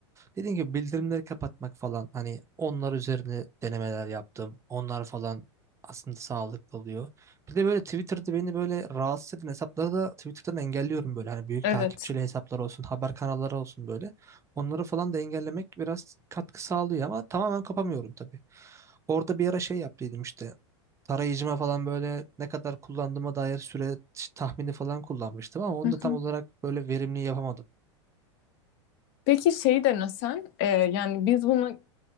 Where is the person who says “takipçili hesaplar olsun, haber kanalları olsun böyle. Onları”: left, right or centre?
Right